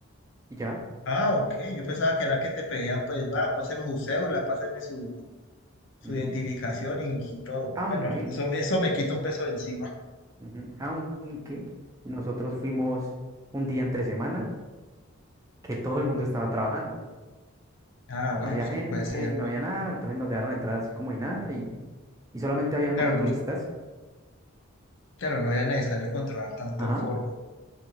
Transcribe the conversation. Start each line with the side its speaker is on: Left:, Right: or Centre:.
Right: Y ya.
Left: Ah, ok. Yo pensaba que era que te pedían, pues, va, páseme su cédula, páseme su, su
Right: Ujú.
Left: identificación y, y todo.
Right: Aunque,
Left: Bueno, eso, eso me quita un peso de encima.
Right: ujú, aunque nosotros fuimos un día entre semana que todo el mundo estaba trabajando.
Left: Ah,
Right: sea,
Left: bueno,
Right: no había
Left: eso
Right: gente,
Left: puede ser.
Right: no había nada, entonces nos dejaron entrar así como y nada y, y solamente habían
Left: Pero,
Right: como turistas.
Left: pero no era necesario controlar tanto
Right: Ajá,
Left: el foro.